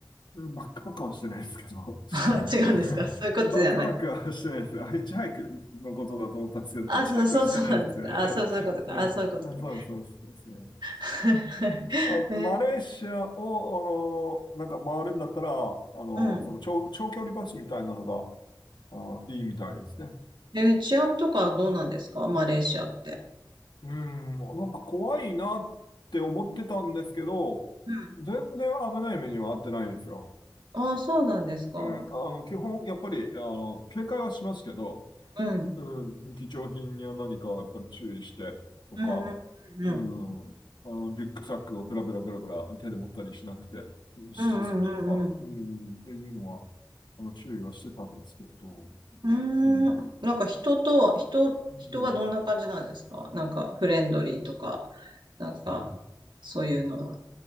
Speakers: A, on the left; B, on the right.
A: バックパックはしてないですけど、
B: <laughs>
A: <laughs>
B: 違うんですかそういうことじゃない。
A: バックパックはしてないです。あヒッチハイクのことだと思ったんですけど、
B: あ、
A: ヒッチハイクはしてないですよね。
B: そう、そうそうなんですね。あ、
A: <laughs> はい。
B: そう、
A: はいそうです、
B: そういうことか。あ、そういうことね。
A: そうです。ですね
B: <laughs>
A: うんあ、
B: え、
A: マレーシアを、あの、なんか回るんだったら、あの、
B: うん。
A: その長、長距離バスみたいなのが、あ、いいみたいですね。
B: え、治安とかどうなんですかマレーシアって。
A: うん、なんか怖いなって思ってたんですけど、
B: うん。
A: 全然危ない目には遭ってないんですよ。
B: あ、そうなんですか。
A: うん、あの、基本、やっぱり、あの、警戒はしますけど、
B: うん。
A: うん、貴重品には何かやっぱり注意してとか、
B: うん、う
A: う
B: ん、うん
A: ん、あの、リュックサックをブラブラブラブラ手で持ったりしなくて、うん沈むとか、
B: うん、うん、うん、うん。うん
A: うん、っていうのは、あの、注意はしてたんですけど、
B: うー
A: うん、
B: ん、なんか人とは、人、
A: うん、
B: 人はどんな感じなんですかなんかフレンドリーとか、なんかそういうのは、